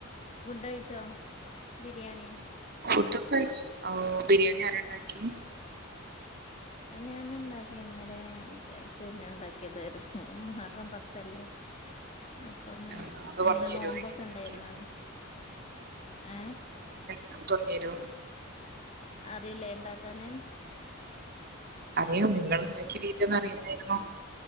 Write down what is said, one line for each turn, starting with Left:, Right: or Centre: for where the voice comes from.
Left: ഫുണ്ടഴിച്ചോ biryani
Right: food ഒക്കെ കഴിച്ചു ഓ ബിരിയാണി ആരുണ്ടാക്കി
Left: ഞാനെന്താക്കി ന്നലെ പിന്നെ ണ്ടാക്ക്യേത് മുഹറം പത്തല്ലേ അപ്പന്ന്
Right: ആ, ഒന്ന്
Left: അങ്ങനെ
Right: പറഞ്ഞു തരുമോ
Left: നോമ്പൊക്കെ
Right: എങ്ങനെ ഉണ്ടാക്കി
Left: ണ്ടേര്ന്ന് അങ് ഏ
Right: അ പ്പർഞ്ഞെരോ
Left: അറിയില്ലേ ണ്ടാക്കാന്
Right: അറിയും നിങ്ങൾ ണ്ടാക്ക്യ രീതിഒന്ന് അറിയാനായിരുന്നു